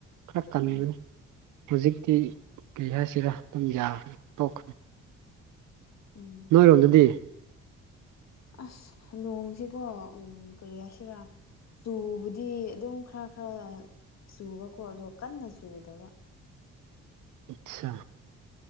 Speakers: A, on the right; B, on the left.
A: ꯈꯔ ꯀꯟꯕꯅꯤ
B: ꯎꯝ
A: ꯍꯧꯖꯤꯛꯇꯤ ꯀꯩ ꯍꯥꯏꯁꯤꯔꯥ ꯑꯗꯨꯝ ꯌꯥꯈ꯭ꯔꯦ ꯇꯣꯛꯈ꯭ꯔꯦ
B: ꯎꯝ
A: ꯅꯣꯏꯔꯣꯝꯗꯗꯤ
B: ꯑꯁ ꯅꯣꯡꯁꯤꯀꯣ ꯎꯝ ꯀꯔꯤ ꯍꯥꯏꯁꯤꯔꯥ ꯆꯨꯕꯗꯤ ꯑꯗꯨꯝ ꯈꯔ ꯈꯔ ꯆꯨꯕꯀꯣ ꯑꯗꯣ ꯀꯟꯅ ꯆꯨꯗꯕ
A: ꯑꯠꯆꯥ